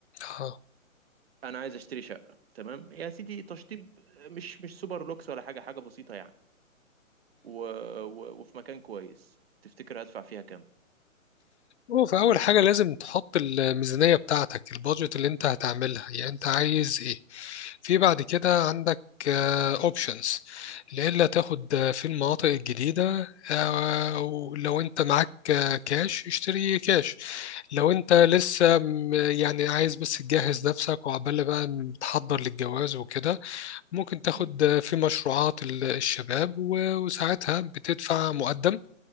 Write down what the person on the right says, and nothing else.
انا عايز اشتري شقة تمام يا سيدي تشطيب آه، مش مش سوبر لوكس ولا حاجة حاجة بسيطة يعني و... و... وفي مكان كويس تفتكر هدفع فيها كام
مم.